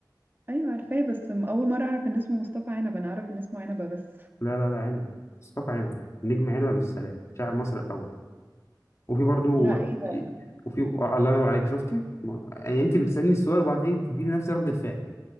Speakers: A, on the right; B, on the left.
A: ايوه عارفاه بس م- اول مره اعرف ان اسمه مصطفى عنبه انا اعرف ان اسمه عنبه بس
B: لا لا لا عنبة مصطفى عنبة نجم عنبة بالسلام شاعر مصر الأول وفي برضو
A: لا ايه ده
B: وفي الله ينور عليك شفتي ما- يعني انت بتسألني السؤال وبعدين تديني نفس رد الفعل